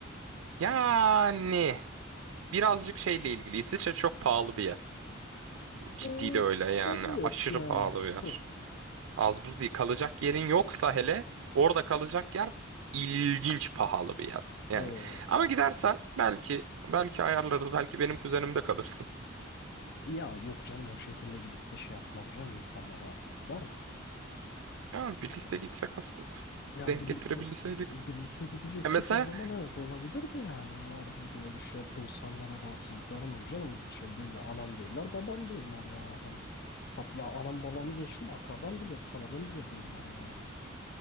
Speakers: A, on the right; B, on the left.
A: Yani birazcık şeyle ilgili. İsviçre çok pahalı bir yer. Ciddiyle
B: Ee,
A: öyle yani.
B: evet
A: Aşırı
B: yani.
A: pahalı bir yer.
B: Hı.
A: Az buz değil. Kalacak yerin yoksa hele orada kalacak yer ilginç pahalı bir yer. Yani
B: Hı.
A: ama gidersen belki belki ayarlarız. Belki benim kuzenimde kalırsın.
B: Ya yok canım o şekilde gidip de şey yapmam canım insanlar rahatsız eder mi?
A: Yani birlikte
B: Hani,
A: gitsek aslında.
B: ya
A: Denk
B: birlikte
A: getirebilseydik.
B: birlikte gideceksek
A: E mesela
B: o zaman evet olabilir de yani onun haricinde öyle şey yap insanlara rahatsızlık vermem canım şey değiller anam değiller babam değiller yani hani Hat, ya anam babamı geçtim akrabam bile tanıdığım bile değiller yani.